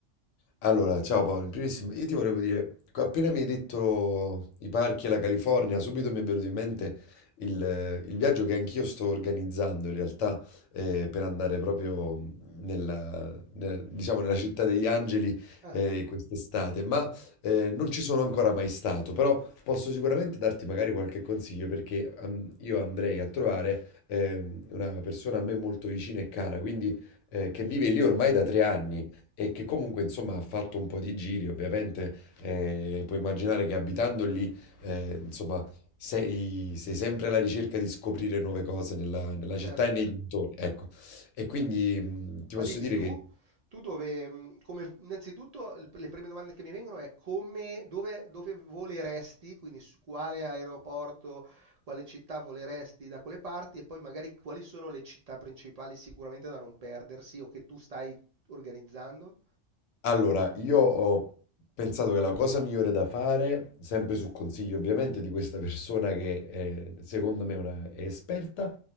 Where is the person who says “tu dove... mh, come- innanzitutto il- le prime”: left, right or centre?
Right